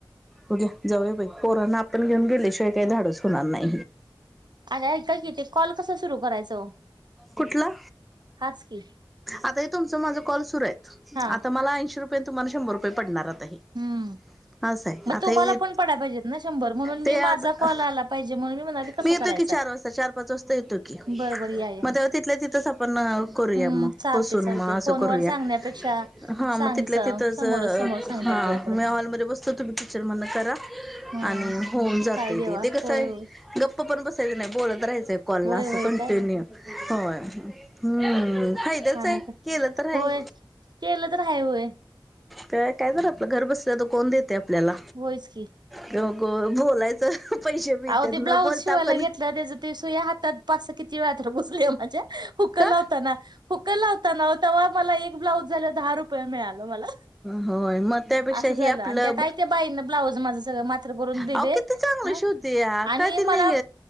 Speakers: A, in the centre; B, on the right.
A: बघूया जाऊया बाई पोरांना आपण घेऊन गेल्या शिवाय काय धाडस होणार नाय.
B: आणि ऐका कि ते कॉल कसं सुरु करायचं ओ?
A: कुठला?
B: हाच की
A: आता हे तुमचं माझं कॉल सुरूयत
B: हा
A: आता मला ऐंशी रुप पय तुम्हाला शंभर रुपये पडणार आता हे.
B: हम्म
A: असय
B: मग
A: आता
B: तुम्हाला
A: हे
B: पण पडाय पाहिजेत ना शंभर म्हणून मी
A: ते आता
B: माझा कॉल आला पाहिजे म्हणून म्हणाले कसा
A: मी येतो
B: करायचा
A: की चार वाजता चार पाच वाजता येतो की.
B: बरोबर या या
A: मग तेवा तिथल्या तिथंच आपण करूया
B: हम्म
A: मग
B: चालते
A: बसून
B: चालते
A: मग असं
B: फोनवर
A: करूया.
B: सांगण्यापेक्षा
A: हा मग
B: सांग
A: तिथल्या तिथंच
B: समोरच
A: अं
B: समोर सांगितलेलं
A: हा
B: बरं पडत
A: मी हॉलमध्ये बसतो तुम्ही किचन मधन करा.
B: हा
A: आणि होऊन जातय
B: काय देवा
A: ते. ते कसय
B: होय होय
A: गप्प पण बसायचं नाही बोलत राहायचं. पण
B: होय
A: ना असं
B: होय
A: कंटिन्यू
B: काय
A: होय हम्म फायद्याचय
B: आणि काय
A: केलं तर हाय.
B: होय केलं तर हाय होय.
A: काय काय तर आपलं घर बसल्या तर कोण देतय आपल्याला
B: होयच की
A: तेव्हा को बोलायचं पैसे मिळत्यात
B: अहो ते
A: न
B: ब्लाऊज
A: बोलता
B: शिवायला
A: पण
B: घेतलं त्याचं ते सुया हातात पासा किती वेळा तर बोचले ओ माझ्या. हुकं
A: का
B: लावताना हुकं लावताना वो तवा मला एक ब्लाउज झाला दहा रुपये मिळाल मला
A: होय मग त्यापेक्षा
B: असं झालं
A: हे आपलं
B: आणि त्या काय त्या बाईंन ब्लाऊज माझं मात्र करून दिले
A: अहो किती चांगलं
B: अ.
A: शोधया
B: आणि
A: काय ती
B: मला
A: नाही